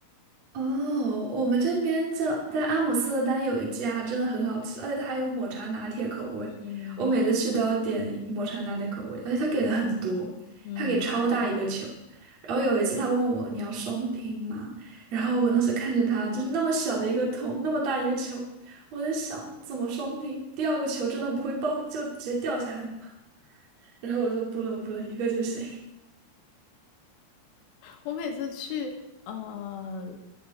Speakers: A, on the right; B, on the left.
A: 哦，我们这边在在阿姆斯特丹有一家真的很好吃，而且它还有抹茶拿铁口味。
B: 嗯
A: 我每次去都要点抹茶拿铁口味，而且它给的很多，
B: 嗯，
A: 它给超大一个球。然后有一次他问我你要双拼吗？然后我当时看着他就是那么小的一个桶，那么大一个球，我在想怎么双拼？第二个球真的不会爆就直接掉下来吗 <laughs> 然后我说不了不了，一个就行。
B: 我每次去，呃，